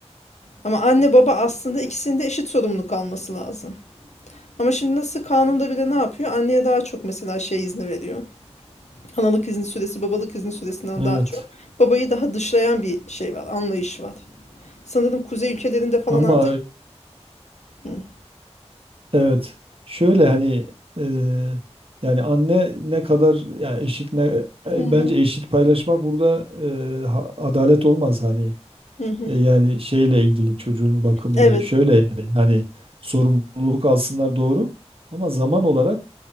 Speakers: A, on the left; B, on the right.
A: Ama anne baba aslında ikisinin de eşit sorumluluk alması lazım. Ama şimdi nasıl kanunda bile ne yapıyor? Anneye daha çok mesela şey izni veriyor. Analık izni süresi, babalık izni süresinden
B: Evet.
A: daha çok. Babayı daha dışlayan bir şey var, anlayış var. Sanırım kuzey ülkelerinde falan
B: Ama
A: artık... Hı.
B: Evet. Şöyle hani eee, yani anne ne kadar ya eşit ne e,
A: Hı hı.
B: bence eşit paylaşmak burada eee, ha- adalet olmaz hani
A: Hı hı.
B: E, yani şeyle ilgili çocuğun bakımıyla
A: Evet,
B: şöyle yani hani sorumluluk alsınlar doğru ama zaman olarak